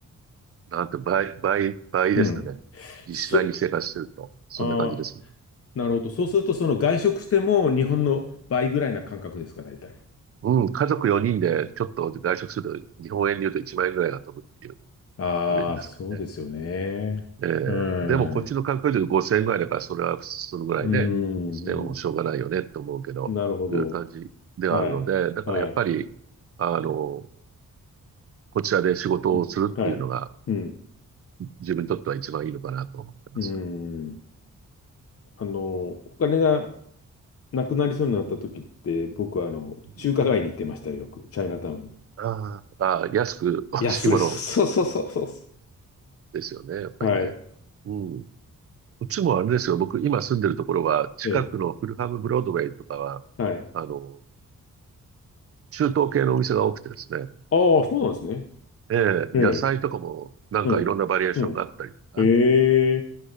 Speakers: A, on the right (about 45°); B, on the left (about 45°).
A: なんて倍、倍、倍ですかね。
B: うん。
A: 実際に生活してると、
B: そ、
A: そんな感じですね。
B: ああ、なるほど。そうすると、その外食しても日本の倍ぐらいな感覚ですか、大体。
A: うん、家族4人でちょっと外食すると日本円で言うと1万円ぐらいが飛ぶっていう
B: ああ、
A: イメージですかね。
B: そうですよね。
A: ええでもこっちの観光地で5000円ぐらいだからそれはそのぐらいね、
B: うん。うん。
A: してもしょうがないよねと思うけど、
B: うんなるほど。
A: いう感じではあるので、
B: はい。
A: だからやっぱり、
B: はい。
A: あの、こちらで仕事をするっていうのが
B: うん。はい。うん。
A: 自分にとっては一番いいのかなと思ってます。
B: うん。あの、お金がなくなりそうになった時って、僕はあの、
A: うん、
B: 中華街に行ってましたよ、よく。チャイナタウンに。
A: ああああ安く美味しいもの
B: いや、そう、そうそうそうそうそ
A: ですよね、やっぱりね。
B: う。<laughs> はい。
A: うん。こっちもあれですよ。僕、今住んでるところは、近くのフルハムブロードウェイとかは、
B: ええ。はい。
A: あの、中東系のお店が多くてですね。
B: ああ、そうなんですね。
A: ええ、
B: ええ。
A: 野菜とかも、なんかいろんなバリエーションがあったりとか、
B: うん。うん。ええ。